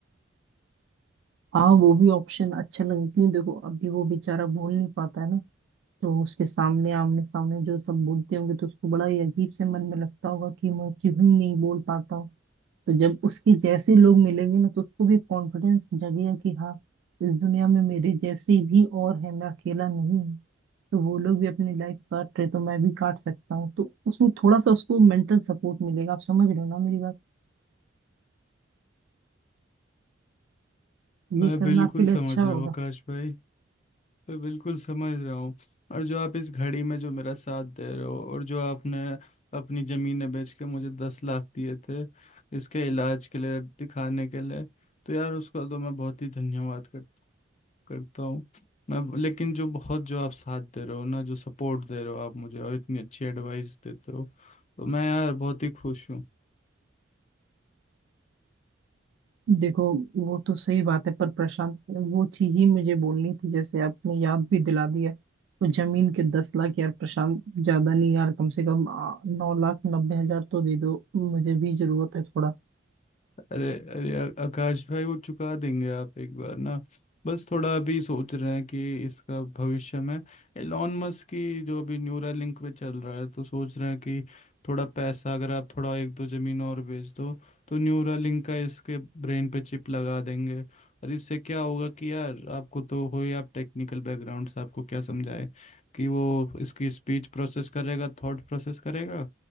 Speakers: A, on the right; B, on the left.
A: हाँ वो भी ऑप्शन अच्छा लगे क्यों देखो अभी वो बेचारा बोल नहीं पाता है ना तो उसके सामने आमने सामने जो सब बोलते होंगे तो उसको बड़ा ही अजीब से मन में लगता होगा कि मैं क्यों ही नहीं बोल पाता हूँ तो जब उसके जैसे लोग मिलेंगे ना तो उसको भी कॉन्फिडेंस जगेगा कि हाँ इस दुनिया में मेरे जैसे भी और है मैं अकेला नहीं हूँ तो वो लोग भी अपनी लाइफ काट रहे तो मैं भी काट सकता हूँ तो उसमें थोड़ा सा उसको मेंटल सपोर्ट मिलेगा आप समझ रहे हो ना मेरी बात
B: मैं
A: ये करना
B: बिल्कुल
A: आपके लिए
B: समझ
A: अच्छा होगा
B: रहा हूँ आकाश भाई मैं बिल्कुल समझ रहा हूँ और जो आप इस घड़ी में जो मेरा साथ दे रहे हो और जो आपने अपनी ज़मीनें बेच के मुझे दस लाख दिए थे इसके इलाज के लिए दिखाने के लिए तो यार उसका तो मैं बहुत ही धन्यवाद कर, करता हूँ मैं लेकिन जो बहुत जो आप साथ दे रहे हो ना जो सपोर्ट दे रहे हो आप मुझे और इतनी अच्छी एडवाइस देते हो तो मैं यार बहुत ही खुश हूँ
A: देखो वो तो सही बात है पर प्रशांत वो चीज ही मुझे बोलनी थी जैसे आपने याद भी दिला दिया तो जमीन के दस लाख यार प्रशांत ज्यादा नहीं यार कम से कम आ, नौ लाख नब्बे हजार तो दे दो मुझे भी जरूरत है थोड़ा
B: अरे अरे आ- आकाश भाई वो चुका देंगे आप एक बार ना बस थोड़ा अभी सोच रहे हैं कि इसका भविष्य में एलॉन मस्क की जो अभी न्यूरा लिंक पे चल रहा है तो सोच रहे हैं कि थोड़ा पैसा अगर आप थोड़ा एक दो जमीन और बेच दो तो न्यूरा लिंक का इसके ब्रेन पे चिप लगा देंगे और इससे क्या होगा कि यार आपको तो हो ही आप टेक्निकल बैकग्राउंड से आपको क्या समझाए कि वो इसकी स्पीच प्रोसेस करेगा थॉट प्रोसेस करेगा